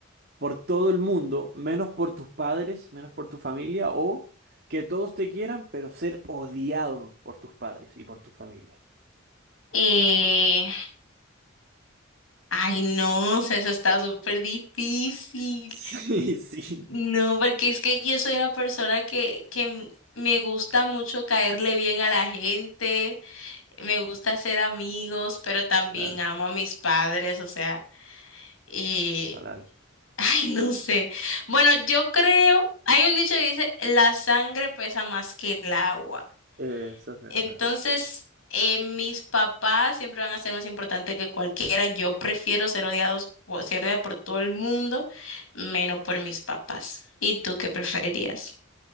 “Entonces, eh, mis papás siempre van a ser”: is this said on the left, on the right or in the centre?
Left